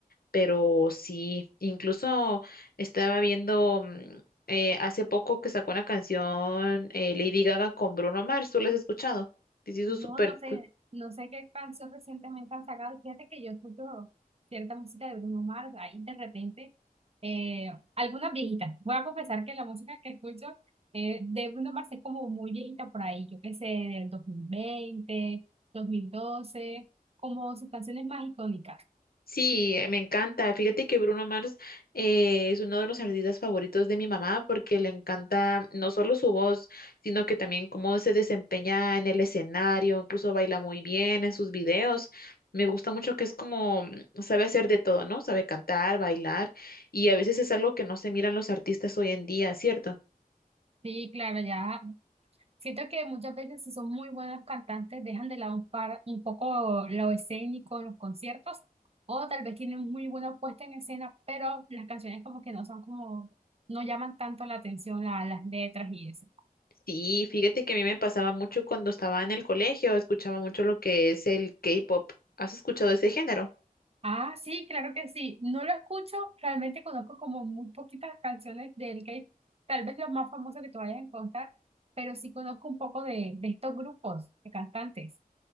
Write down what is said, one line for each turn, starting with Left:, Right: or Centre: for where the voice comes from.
Left: pero sí, incluso estaba viendo mm, eh, hace poco que sacó una canción eh, Lady Gaga con Bruno Mars, ¿tú la has escuchado? Sí, Se hizo
Right: No,
Left: súper
Right: no sé, no sé qué canción recientemente han sacado. Fíjate que yo escucho cierta música de Bruno Mars, ahí de repente, eh, algunas viejitas. Voy a confesar que la música que escucho eh, de Bruno Mars es como muy viejita por ahí, yo qué sé, del dos dos mil veinte dos mil doce como sus canciones más icónicas.
Left: Sí, eh, me encanta. Fíjate que Bruno Mars eh, es uno de los artistas favoritos de mi mamá porque le encanta no solo su voz, sino que también cómo se desempeña en el escenario, incluso baila muy bien en sus videos. Me gusta mucho que es como, mm, sabe hacer de todo, ¿no? Sabe cantar, bailar y a veces es algo que no se miran los artistas hoy en día, ¿cierto?
Right: Sí, claro, ya Siento que muchas veces si son muy buenos cantantes dejan de lado un, par, un poco lo escénico en los conciertos o tal vez tienen muy buena puesta en escena, pero las canciones como que no son como, no llaman tanto la atención a las letras y eso.
Left: Sí, fíjate que a mí me pasaba mucho cuando estaba en el colegio, escuchaba mucho lo que es el K-pop. ¿Has escuchado ese género?
Right: Ah, sí, claro que sí. No lo escucho, realmente conozco como muy poquitas canciones del K-pop, tal vez los más famosos que tú vayas a encontrar, pero sí conozco un poco de, de estos grupos de cantantes.